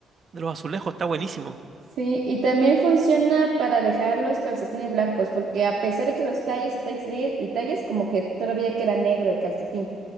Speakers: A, on the right; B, on the right.
A: de los azulejos. Está buenísimo.
B: Sí, y también funciona para dejar los calcetines blancos, porque a pesar de que los talles y talles y talles, y talles, como que todavía queda negro el calcetín.